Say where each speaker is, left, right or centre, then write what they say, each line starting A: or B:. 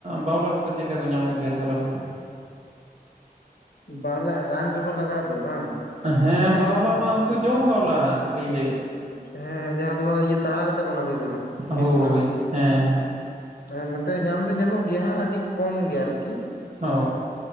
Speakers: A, on the right; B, on the left.
A: ᱵᱟᱣᱞᱟ ᱠᱚᱫᱚ ᱪᱮᱫᱠᱟ ᱠᱚ ᱧᱟᱢᱚᱜ ᱜᱮᱭᱟ ᱛᱟᱦᱚᱞᱮ ᱵᱟᱝ
B: ᱵᱟᱣᱞᱟ ᱨᱟᱱ ᱨᱮᱵᱚᱱ ᱞᱟᱜᱟᱣ ᱫᱚ ᱵᱟᱝ
A: ᱦᱮᱸ
B: ᱢᱟᱱᱮ
A: ᱵᱟᱣᱞᱟ ᱢᱟ ᱩᱱᱠᱩ ᱡᱚᱢ ᱵᱟᱣᱞᱟ ᱞᱤᱧ ᱞᱟᱹᱭᱮᱫᱼᱟ
B: ᱦᱮᱸ ᱦᱮᱸ ᱡᱟᱦᱟᱸ ᱫᱚ ᱤᱭᱟᱹ ᱛᱟᱲᱟᱣ ᱠᱟᱛᱮᱫ ᱵᱚᱱ ᱟᱹᱜᱩᱭ ᱫᱚ ᱦᱟᱸᱜ
A: ᱦᱳᱭ
B: ᱵᱤᱨ ᱠᱷᱚᱱᱟᱜ
A: ᱦᱮᱸ
B: ᱟᱨ ᱱᱚᱛᱮ ᱧᱟᱢ ᱫᱚ ᱧᱟᱢᱚᱜ ᱜᱮᱭᱟ ᱦᱟᱸᱜ ᱟᱹᱰᱤ ᱠᱚᱢ ᱜᱮ ᱟᱨᱠᱤ
A: ᱚ